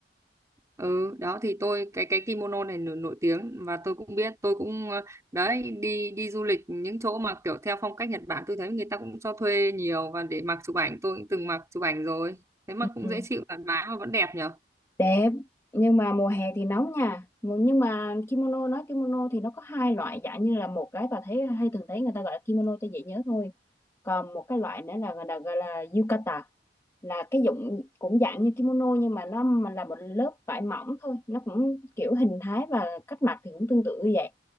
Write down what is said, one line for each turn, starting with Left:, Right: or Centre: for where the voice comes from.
Right: ừ đó thì tôi cái cái kimono này nổi, nổi tiếng và tôi cũng biết tôi cũng ờ, đấy đi đi du lịch những chỗ mà kiểu theo phong cách Nhật Bản tôi thấy người ta cũng cho thuê nhiều và để mặc chụp ảnh tôi cũng từng mặc chụp ảnh rồi thế mà
Left: Ừm,
Right: cũng dễ chịu thoải mái mà vẫn đẹp nhở
Left: đẹp nhưng mà mùa hè thì nóng nha Mùa- nhưng mà kimono nói kimono thì nó có hai loại dạng như là một cái bà thấy hay thường thấy người ta gọi là kimono cho dễ nhớ thôi còn một cái loại nữa là gọi là, gọi là yukata là cái dụng cũng dạng như kimono nhưng mà nó mà là một lớp vải mỏng thôi nó cũng kiểu hình thái và cách mặc thì cũng tương tự như vậy